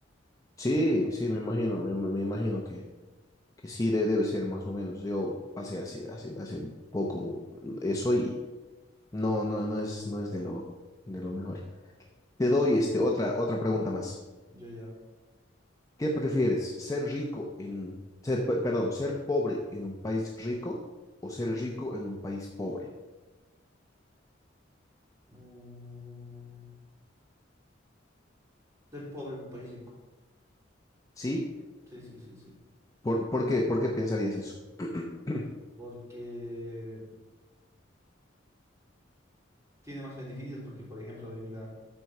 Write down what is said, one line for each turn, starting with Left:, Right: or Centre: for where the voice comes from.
Left: Sí, sí, me imagino, me, me me imagino que que sí de- debe ser más o menos. Yo pasé hace, hace, hace poco eso y no, no, no es, no es de lo, de lo mejor. Te doy este, otra, otra pregunta más.
Right: yo ya.
Left: ¿Qué prefieres? ¿Ser rico en, ser, pe- perdón, ser pobre en un país rico o ser rico en un país pobre?
Right: Mm, ser pobre en un país rico.
Left: ¿Sí?
Right: Sí, sí, sí, sí.
Left: ¿Por, por qué? ¿Por qué pensarías eso? <clears throat>
Right: Porque tiene más beneficios, porque por ejemplo, ve, mira,